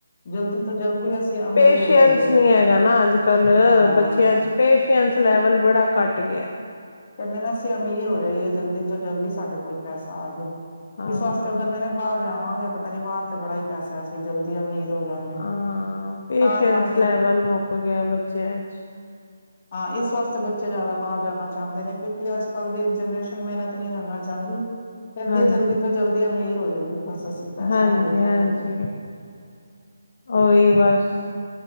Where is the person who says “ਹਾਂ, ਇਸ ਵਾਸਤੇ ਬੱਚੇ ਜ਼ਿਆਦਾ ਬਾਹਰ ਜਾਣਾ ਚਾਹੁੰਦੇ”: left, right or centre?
Left